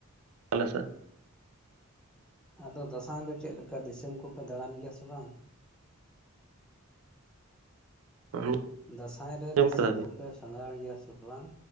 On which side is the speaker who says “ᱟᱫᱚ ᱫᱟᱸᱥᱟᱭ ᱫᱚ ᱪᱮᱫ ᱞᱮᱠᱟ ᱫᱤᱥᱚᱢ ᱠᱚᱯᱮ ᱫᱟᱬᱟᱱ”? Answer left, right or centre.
Centre